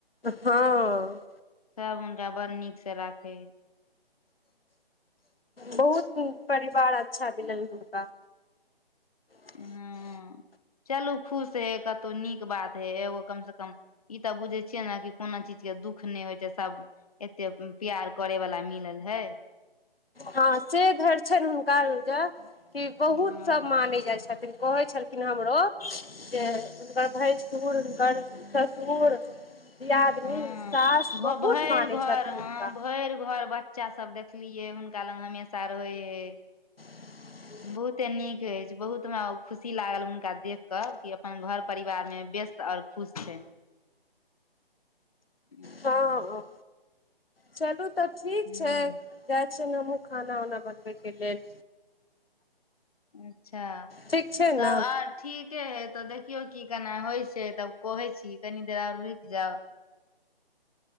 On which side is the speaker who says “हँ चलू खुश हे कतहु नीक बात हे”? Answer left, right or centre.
Left